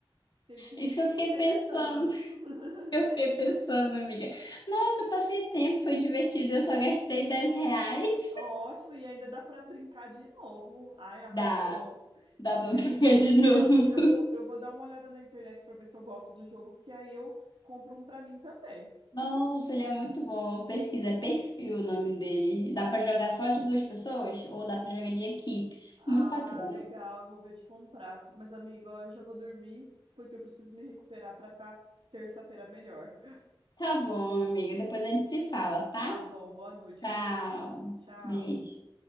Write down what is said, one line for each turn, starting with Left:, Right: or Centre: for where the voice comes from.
Right: Tem que ir
Left: Isso que eu fiquei
Right: revezando.
Left: pensando. <laughs>
Right: <laughs>
Left: Eu fiquei pensando, amiga. Nossa, eu passei tempo, foi divertido, eu só gastei 10 reais.
Right: Ótimo, e ainda dá para brincar de novo. Ai, arrasou.
Left: Dá,
Right: Se-
Left: dá pra brincar
Right: é,
Left: de novo.
Right: eu vou, eu vou, eu vou dar uma olhada na internet para ver se eu gosto do jogo, porque aí eu compro um para mim também.
Left: Nossa,
Right: <laughs>
Left: ele é muito bom. Pesquisa, é perfil o nome dele. Dá pra jogar só de duas pessoas ou dá pra jogar de equipes?
Right: Ah,
Left: Muito bacana.
Right: legal, eu vou ver de comprar. Mas, amigo, ó, eu já vou dormir, porque eu preciso me recuperar para estar terça-feira melhor.
Left: Tá bom, amiga. Depois a gente se fala, tá?
Right: Tá bom, boa noite,
Left: Tchau.
Right: um beijo, tchau.
Left: Beijo.